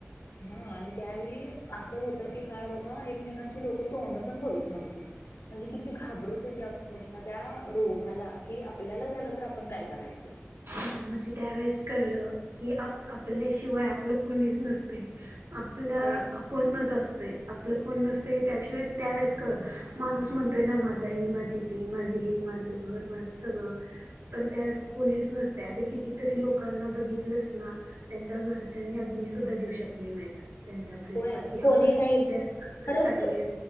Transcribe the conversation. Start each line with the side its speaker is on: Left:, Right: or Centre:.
Left: हा आणि त्यावेळी असं होत की? काय बाबा एकमेकांचे लोकं तोंड पण बघत नव्हती. म्हणजे किती घाबरत होते अक्षरशः त्या रोगाला, कि आपल्याला झालं तर आपण काय करायचं?
Right: हा म्हणजे त्यावेेळेस कळलं की, आप आपल्याशिवाय आपलं कुणीच नसतय. आपलं
Left: होय
Right: आपणच असतय. आपलं कोण नसतंय हे त्याशिवाय त्यावेेळेस कळलं, माणूस म्हणतोय ना माझा ही, माझी ती, माझी ही माझं घर, माझं सगळं पण त्यावेळेस कोणीच नस ते आता कितीतरी लोकांना बघितलयस ना, त्यांच्या घरच्यांनी अग्नीसुद्धा देऊ शकले नाहीत. त्यांच्या प्रेताला
Left: होय
Right: कि हा
Left: कोणी नाही
Right: द्यात
Left: खरंच
Right: टाकलेत